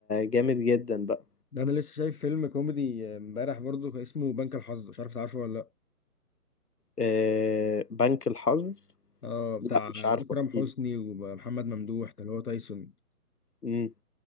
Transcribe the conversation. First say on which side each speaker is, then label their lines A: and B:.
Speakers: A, on the left (about 85°); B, on the left (about 70°).
A: جامد جدا بقى
B: ده انا لسه شايف فيلم كوميدي امبارح برضو اسمه بنك الحظ مش عارف تعرفه ولا لا
A: آه بنك الحظ
B: اه بتاع
A: لا مش عارفه
B: اكرم
A: احكيلي
B: حسني ومحمد ممدوح ده اللي هو تايسون
A: امم